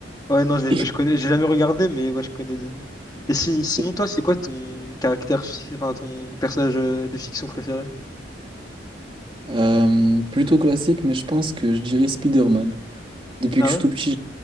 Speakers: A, on the left (about 20°); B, on the right (about 30°).
A: Ouais, non, j'ai-
B: <laughs>
A: je connais, j'ai jamais regardé, mais ouais, je connais de nom. Et si, sinon,
B: C'est,
A: toi, c'est quoi ton caractère, fi- enfin, ton personnage euh, de fiction préféré?
B: euh, plutôt classique, mais je pense que je dirais Spider-Man. Depuis
A: Ah
B: que je
A: ouais?
B: suis tout petit,